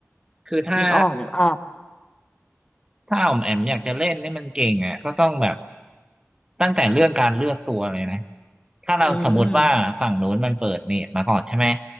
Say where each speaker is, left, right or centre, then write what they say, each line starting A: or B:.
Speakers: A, on the right; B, on the left.
A: คือถ้า
B: นึกออกนึกออก
A: ถ้าออมแอมอยากจะเล่นนี่มันเก่งอ่ะก็ต้องแบบตั้งแต่เรื่องการเลือกตัวเลยนะถ้าเราสมมติว่าฝั่งโน้นมันเปิดเมจมาก่อนใช่ไหม
B: อืม